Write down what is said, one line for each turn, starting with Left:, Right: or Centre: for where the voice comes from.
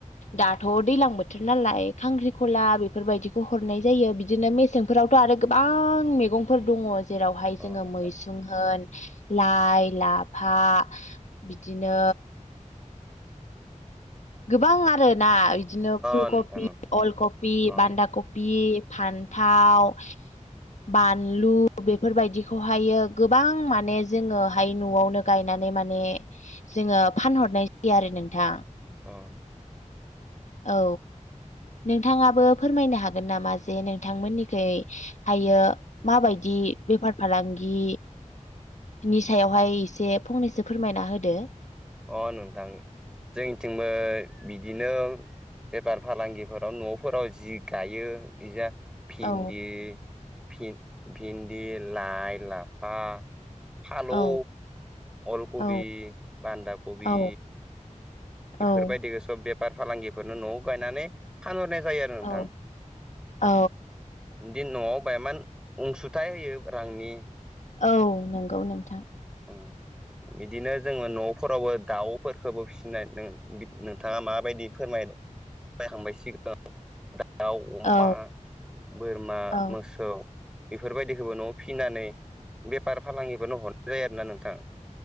Left: दाथ' दैलां बोथोर नालाय खांख्रिखला बेफोरबायदिखौ हरनाय जायो बिदिनो मेस सें फोरावथ' आरो गोबां मेगंफोर दङ' जेरावहाय
Centre: अ
Left: जोङो
Centre: नोंथां
Left: मैसुं होन लाइ लाफा बिदिनो गोबां आरोना इदिनो फुलकपि
Centre: अ नोंथां
Left: अल कपि
Centre: ओं
Left: बान्दा कपि फान्थाव बानलु बेफोरबायदिखौहायो गोबां माने जोङोहाय न'आवनो गायनानै माने जोङो फानहरनाय जायो आरो नोंथां
Centre: अ नोंथां
Left: औ नोंथाङाबो फोरमायनो हागोन नामा जे नोंथांमोननिखै। हायो माबायदि बेफार फालांगि। नि सायावहाय एसे फंनैसो फोरमायना होदो।
Centre: अ नोंथां जोंनिथिंबो बिदिनो। बेफार फालांगिफोराव नफोराव जि गायो इजा फिन्दि
Left: औ
Centre: फि फिन्दि लाइ लाफा। फालौ
Left: औ
Centre: अल कबि
Left: औ
Centre: बान्दा कबि।
Left: औ
Centre: बेफोरबायदि
Left: औ
Centre: सब बेफार फालांगिफोरनो नआव गायनानै। फानहरनाय जायो आरो नोंथां।
Left: औ औ
Centre: बिदि नआव बाहायमान अनसुथायाइ होयो रांनि।
Left: औ नंगौ नोंथां।
Centre: उम बिदिनो जोङो नफोरावबो दाउफोरफोरखौबो फिसिनाय। <unintelligible> नोंथाङा माबायदि फोरमाय <unintelligible> दाउ अमा
Left: औ
Centre: बोरमा
Left: औ
Centre: मोसौ। बेफोरबायदिखौबो नआव फिनानै बेफार फालांगिफोरनो हरनाय जायो आरोना नोंथां।